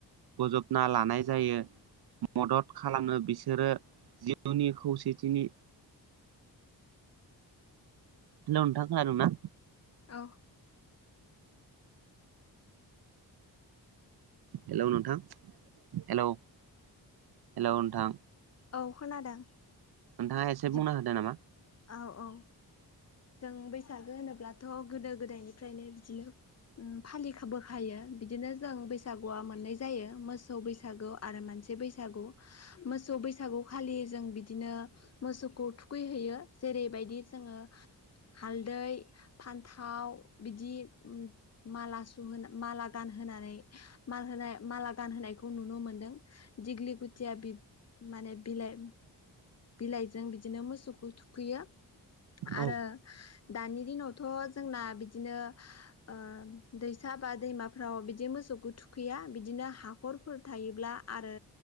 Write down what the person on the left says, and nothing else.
औ
औ खोनादों
बिदि
औ औ जों बैसागो होनोब्लाथ' गोदो गोदायनिफ्रायनो बिदिनो फालिखबोखायो बिदिनो जों बैसाग सागुआ मोननै जायो मोसौ बैसागु आरो मानसि बैसागु मोसौ बैसागु खालि जों बिदिनो मोसौखौ थुखैहैयो जेरैबायदि जोङो हालदै फान्थाव बिदि माला सुहोना माला गानहोनानै माल होनाय माला गानहोनायखौ नुनो मोनदों दिग्लि गुथिया बिब माने बिलाइ बिलाइजों बिदिनो मोसौखौ थुखैयो आरो
दानि दिनावथ' जोंना बिदिनो ओ दैसा बा दैमाफ्राव बिदि मोसौखौ थुखैया बिदिनो हा हाखरफोर थायोब्ला आरो